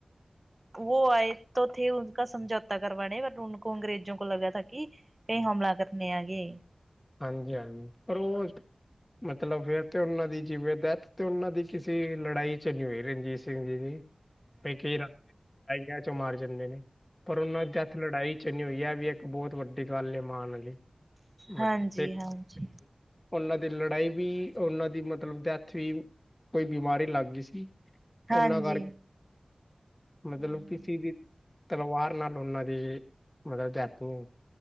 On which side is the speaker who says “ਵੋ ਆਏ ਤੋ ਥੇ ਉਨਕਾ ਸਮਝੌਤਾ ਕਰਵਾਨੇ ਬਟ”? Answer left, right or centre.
Right